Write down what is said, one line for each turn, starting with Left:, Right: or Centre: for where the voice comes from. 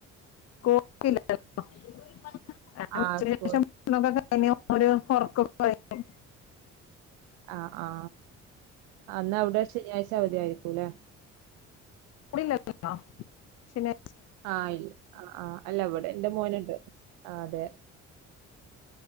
Left: <unintelligible> ആ
Right: ആഹ്
Left: ഉച്ചയ്ക്ക്
Right: സ്കൂൾ
Left: ശേഷം <unintelligible> ഓര് ഉറക്കൊക്കെ കഴിഞ്ഞ്
Right: ആ ആ ആ ന്നാവ്ടെ ശനിയാഴ്ച അവധിയായി കുലെ
Left: സ്കൂളില്ലല്ലോ ശനി
Right: ആ ഇല്ല ആ ആ അല്ല ഇവടെ എന്റെ മോന്ണ്ട് ആ അതെ